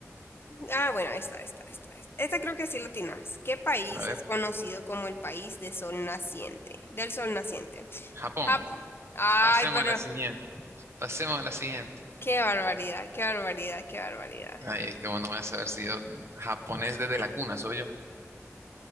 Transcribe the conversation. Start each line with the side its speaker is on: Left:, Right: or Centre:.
Left: Ah, bueno, esta, esta, esta, esta. Esta creo que sí lo tienes. ¿Qué país
Right: a ver,
Left: es conocido como el país de sol naciente? Del sol naciente.
Right: Japón,
Left: Japón. Ay,
Right: pasemos
Left: pero
Right: a la siguiente, pasemos a la siguiente.
Left: qué barbaridad, qué barbaridad, qué barbaridad.
Right: Ay, es que bueno, voy a saber si yo japonés desde la cuna soy yo,